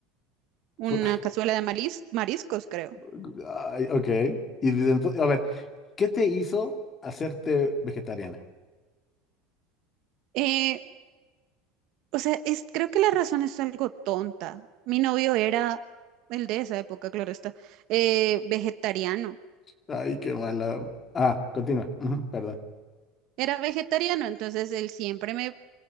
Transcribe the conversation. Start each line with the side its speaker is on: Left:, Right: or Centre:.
Right: una
Left: Fue-
Right: cazuela de maris- mariscos, creo.
Left: <laughs> Ay, ok. Y desde entonces, a ver, ¿qué te hizo hacerte vegetariana?
Right: Eh, o sea, es, creo que la razón es algo tonta. Mi novio era, el de esa época, claro está, eh, vegetariano.
Left: Ay, qué mala. Ah, continúa. Ujú, perdón.
Right: Era vegetariano, entonces él siempre me,